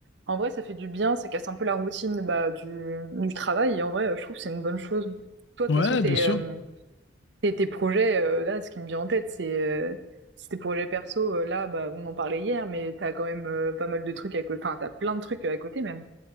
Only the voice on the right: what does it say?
en vrai, ça fait du bien, ça casse un peu la routine bah, du, du travail. Et en vrai, euh, je trouve que c'est une bonne chose. Toi, de
toute façon, tes,
euh, tes, tes projets, euh, là, ce qui me vient en tête, c'est euh, c'est tes projets perso. euh, là, bah, on en parlait hier, mais t'as quand même euh, pas mal de trucs à côté, enfin, t'as plein de trucs à côté même.